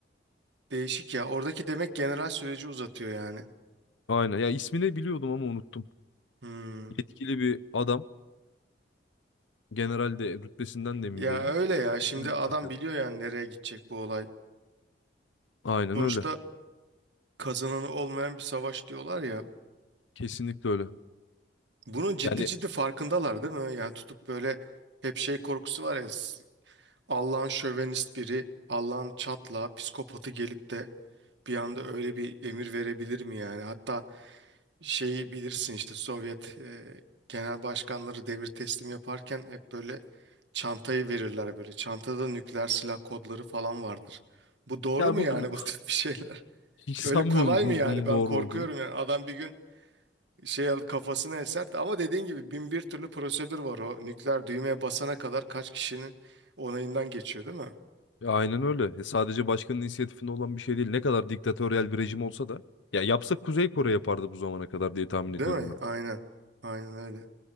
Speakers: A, on the right; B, on the left.
A: değişik ya. Oradaki demek general süreci uzatıyor yani.
B: Aynen ya ismini biliyordum ama unuttum.
A: Hmm.
B: Yetkili bir adam. General de rütbesinden de emin
A: Ya
B: değilim.
A: öyle ya. Şimdi
B: Mürekkep
A: adam
B: atıyor.
A: biliyor yani nereye gidecek bu olay.
B: Aynen
A: Sonuçta
B: öyle.
A: kazananı olmayan bir savaş diyorlar ya.
B: Kesinlikle öyle.
A: Bunun ciddi
B: Yani
A: ciddi farkındalar değil mi? Yani tutup böyle hep şey korkusu var ya. s- Allah'ın şövenist biri, Allah'ın çatla, psikopatı gelip de bir anda öyle bir emir verebilir mi yani? Hatta şeyi bilirsin işte Sovyet e, genel başkanları devir teslim yaparken hep böyle çantayı verirler böyle. Çantada nükleer silah kodları falan vardır. Bu doğru
B: ya
A: mu
B: bu
A: yani
B: bu-
A: bu tip bir şeyler?
B: <laughs>
A: <laughs>
B: hiç sanmıyorum
A: Öyle kolay
B: bunun,
A: mı yani?
B: bunun
A: Ben
B: doğru
A: korkuyorum
B: olduğunu.
A: yani. Adam bir gün şey al- kafasını eser de- ama dediğin gibi bin bir türlü prosedür var o nükleer düğmeye basana kadar kaç kişinin onayından geçiyor değil mi?
B: Ya aynen öyle. Ya sadece başkanın inisiyatifinde olan bir şey değil. Ne kadar diktatöryel bir rejim olsa da ya yapsak Kuzey Kore yapardı bu zamana kadar diye tahmin
A: Değil
B: ediyorum
A: mi?
B: ben.
A: Aynen. Aynen öyle.